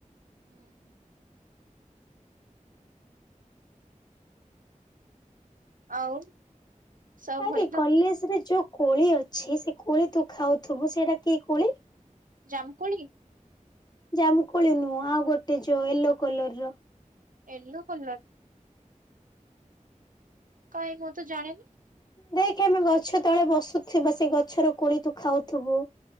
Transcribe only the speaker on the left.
ଆରେ
କଲେଜରେ
ଯୋଉ କୋଳି ଅଛି ସେ କୋଳି ତୁ ଖାଉଥିବୁ ସେଇଟା କି କୋଳି।
ଜାମୁକୋଳି ନୁଁ ଆଉ ଗୋଟେ ଯୋ ୟେଲୋ କଲର ର।
ଦେଖି ଆମେ ଗଛ ତଳେ ବସୁଥିବା ସେ ଗଛର କୋଳି ତୁ ଖାଉଥିବୁ।